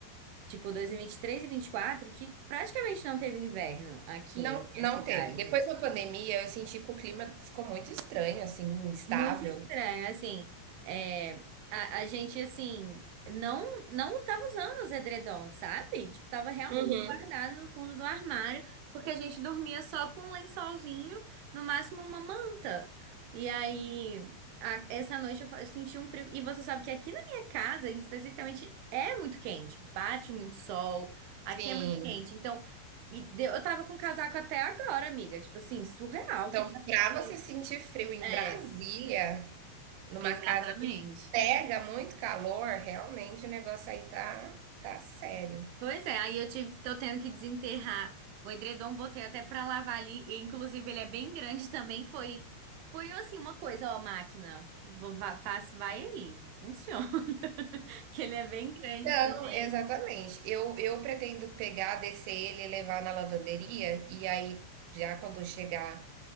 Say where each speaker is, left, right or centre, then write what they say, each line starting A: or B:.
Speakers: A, on the right; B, on the right.
A: tipo dois mil e vinte vinte e dois mil e vinte e três quatro que praticamente não teve inverno aqui
B: não
A: na minha
B: não
A: cidade.
B: teve. Depois da pandemia eu senti que o clima ficou muito estranho, assim, instável.
A: Muito estranho, assim, é, a, a gente, assim, não não estava usando os edredons, sabe? Tipo, tava realmente
B: Uhum.
A: guardado no fundo do armário, porque a gente dormia só com um lençolzinho, no máximo uma manta. E aí, a- essa noite eu, fa- eu senti um frio, e você sabe que aqui na minha casa, especificamente, é muito quente, bate muito sol, aqui
B: Sim.
A: é muito quente, então, e deu- eu tava com casaco até agora, amiga, tipo assim, surreal
B: Então,
A: que tá
B: para
A: aqui.
B: você sentir frio em
A: É.
B: Brasília, numa
A: Exatamente.
B: casa que pega muito calor, realmente o negócio aí tá tá sério.
A: Pois é, aí eu tive, tô tendo que desenterrar o edredom, botei até pra lavar ali, e inclusive ele é bem grande também, foi foi assim uma coisa, ó, máquina, vou, vá, faço, vai aí, funciona, <laughs> que ele é bem grande
B: Então
A: também.
B: exatamente. Eu eu pretendo pegar, descer ele e levar na lavanderia, e aí, já quando chegar